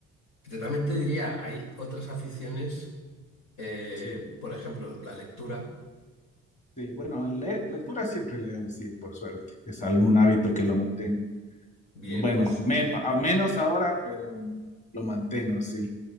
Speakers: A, on the left; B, on the left.
A: Yo también te diría, hay otras aficiones, eh,
B: Sí,
A: por ejemplo, la lectura.
B: sí, bueno, le- lectura siempre leo, sí, por suerte, es algún hábito que lo mantengo.
A: Bien,
B: Bueno,
A: pues
B: men-
A: eh,
B: a menos ahora, pero lo mantengo, sí,